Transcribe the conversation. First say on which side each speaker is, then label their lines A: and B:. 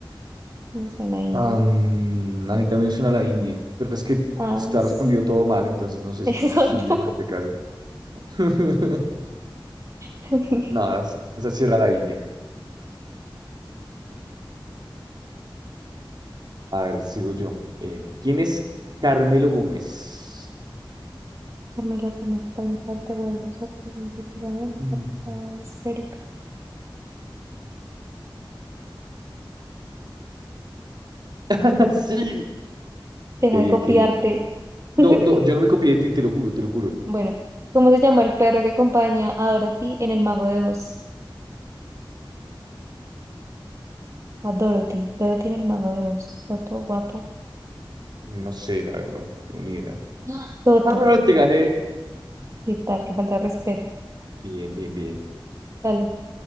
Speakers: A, on the right (about 35°); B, on the right (about 55°).
A: Me suena a India.
B: Am, a mí también suena la India, pero es que
A: Ay,
B: está
A: sí.
B: respondido todo mal, entonces no sé
A: <laughs> Exacto.
B: si, si hacerte caso. <laughs>
A: <laughs>
B: Nada, es- esa sí era la India. A ver, sigo yo. Eh, ¿quién es Carmelo Gómez?
A: Carmela Gómez, cabeza del los artistas de pirámide, la
B: Mm.
A: portada esférica.
B: <laughs> Sí.
A: Deja
B: Qué
A: de
B: bien,
A: copiarte.
B: qué bien. No,
A: <laughs>
B: no, yo no me copié de ti, te lo juro, te lo juro.
A: Bueno, ¿cómo se llama el perro que acompaña a Dorothy en El Mago de Oz? A Dorothy, Dorothy en El Mago de Oz. Toto, guapo.
B: No sé, la verdad, tengo ni idea.
A: ¡Ah! Toto,
B: Ah, te gané.
A: ¿qué tal? Qué falta de respeto.
B: Bien, bien, bien.
A: Dale.